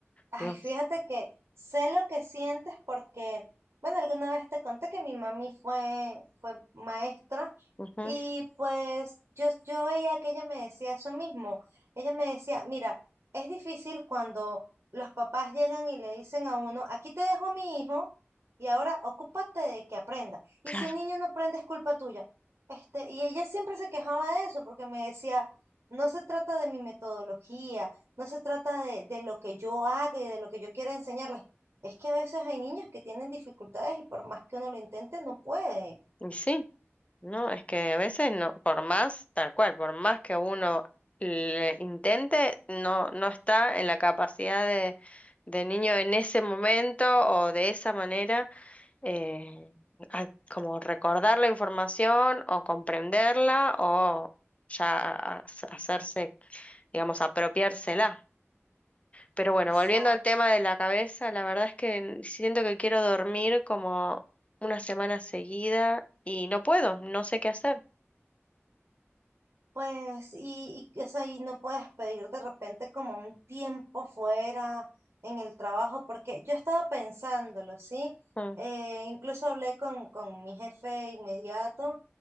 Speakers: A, on the right (about 65°); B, on the left (about 30°).
A: Ay,
B: Dios.
A: fíjate que sé lo que sientes porque, bueno, alguna vez te conté que mi mami fue, fue maestra
B: Ujú,
A: y
B: <laughs>
A: pues yo, yo veía que ella me decía eso mismo. Ella me decía, mira, es difícil cuando los papás llegan y le dicen a uno, aquí te dejo a mi hijo y ahora ocúpate de que aprenda. Y
B: Claro.
A: si el niño no aprende es culpa tuya. Este, y ella siempre se quejaba de eso porque me decía, no se trata de mi metodología, no se trata de, de lo que yo haga y de lo que yo quiera enseñarles. Es que a veces hay niños que tienen dificultades y por más que uno lo intente, no puede.
B: Y sí, no, es que a veces no, por más, tal cual, por más que uno le intente, no, no está en la capacidad de, de niño en ese momento o de esa manera eh, a- como recordar la información o comprenderla o ya a- hacerse, digamos, apropiársela. Pero bueno,
A: Exacto.
B: volviendo al tema de la cabeza, la verdad es que siento que quiero dormir como una semana seguida y no puedo, no sé qué hacer.
A: Pues, y, y, o sea, y no puedes pedir de repente como un tiempo fuera en el trabajo, porque yo estaba pensándolo, ¿sí?
B: Mm,
A: Eh, incluso hablé con, con mi jefe inmediato